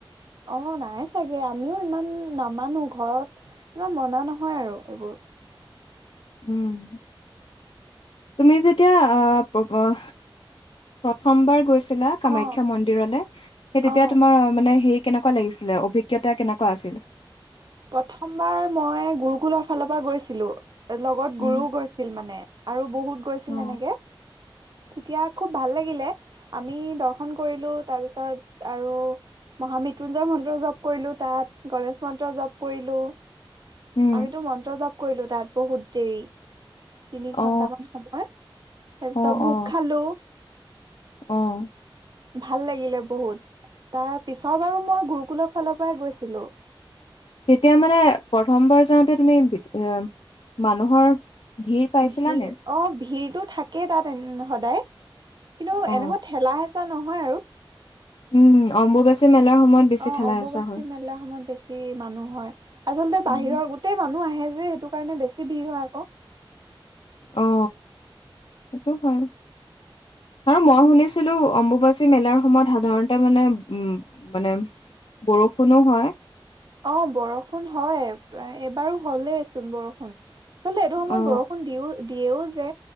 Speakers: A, on the right; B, on the left.
A: অ, নাই চাগে, আমিও ইমান নামানো, ঘৰত ইমান মনা নহয় আৰু এইবোৰ।
B: উম্, তুমি যেতিয়া অ', প্ৰথমবাৰ গৈছি লা কামাখ্যা
A: অ
B: মন্দিৰলে, সেই তেতিয়া
A: অ
B: তোমাৰ মানে সেই কেনেকুৱা লাগিছিলে, অভিজ্ঞতা কেনেকুৱা আছিল।
A: প্ৰথমবাৰ মই গুৰুকুলৰ ফালৰ পৰা গৈছিলোঁ, লগত গুৰুও
B: উম।
A: গৈছিল মানে। আৰু বহুত গৈছিল
B: অ
A: এনেকে, তেতিয়া খুব ভাল লাগিলে। আমি দৰ্শন কৰিলোঁ, তাৰপিছত আৰু মহা মৃত্যুঞ্জয় মন্ত্ৰ জপ কৰিলোঁ তাত, গনেশ মন্ত্ৰ জপ কৰিলোঁ,
B: উম
A: আমিতো মন্ত্ৰ জপ কৰিলো তাত বহুত দেৰি। তিনি ঘন্টামান
B: অ
A: সময়, তাৰপিছত
B: অ
A: ভোগ
B: অ
A: খালোঁ।
B: অ',
A: ভাল লাগিলে বহুত, তাৰ পিছৰ বাৰু মই গুৰুকুলৰ ফালৰ পৰাই গৈছিলোঁ।
B: তেতিয়া মানে প্ৰথমবাৰ যাওঁতে তুমি, এ মানুহৰ ভিৰ পাইছিলা
A: অ'ভিৰটো
B: নে?
A: থাকেই তাত সদায়, কিন্তু
B: অ
A: এনেকুৱা ঠেলা-হেচা হেঁচা নহয় আৰু।
B: উম্, অম্বুবাচী মেলাৰ সময়ত বেছি
A: অ'অম্বুবাচী
B: ঠেলা হেঁচা হয়।
A: মেলা সময়ত বেছি বেছি মানুহ হয়, আচলতে বাহিৰৰ
B: উম,
A: গোটেই মানুহ আহে যে, সেইটো কাৰণে বেছি ভিৰ হয় আকৌ।
B: অ', সেইটো হয়। আৰু মই শুনিছিলোঁ, অম্বুবাচী মেলাৰ সময়ত সাধাৰণতে মানে উম্ মানে বৰষুণো হয়।
A: অ', বৰষুণ হয়, এইবাৰো হ'লেইচোন বৰষুণ। আচলতে এইটো সময়ত
B: অ
A: বৰষুণ দিও, দিয়েও যে।